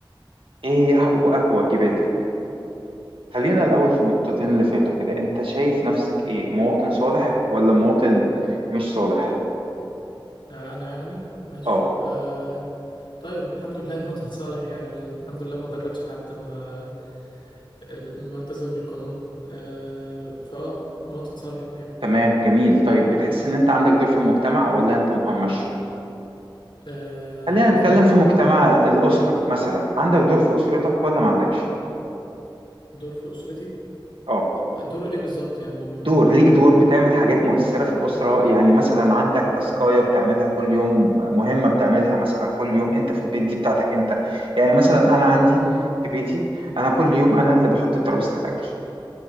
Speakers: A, on the right; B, on the left.
A: ايه هي حقوقك وواجباتك خلينا الاول في النقطتين اللي فاتوا كده انت شايف نفسك ايه مواطن صالح ولا مواطن مش صالح
B: آه، انا يعني ماشي
A: اه
B: آه طيب الحمد لله <laughs> مواطن صالح يعني م- الحمد لله ما ضرتش حد ما ال- ملتزم بالقانون آه فاه مواطن صالح يعني
A: تمام جميل طيب بتحس
B: اه
A: ان انت عندك دور في المجتمع ولا انت مهمش
B: آه،
A: خلينا
B: دور
A: نتكلم
B: في المجتمع
A: في مجتمع الاسره مثلا عندك دور في اسرتك ولا ما عندكش
B: كدور في اسرتي
A: اه
B: دور ايه بالظبط يعني ما
A: دور ليك دور بتعمل حاجات مؤثرة في الأسرة يعني مثلا عندك تاسكاية بتعملها كل يوم مهمة بتعملها مثلا كل يوم أنت في البيت دي بتاعتك أنت يعني مثلا أنا عندي
B: مم.
A: في بيتي أنا كل يوم أنا اللي بحط ترابيزة الأكل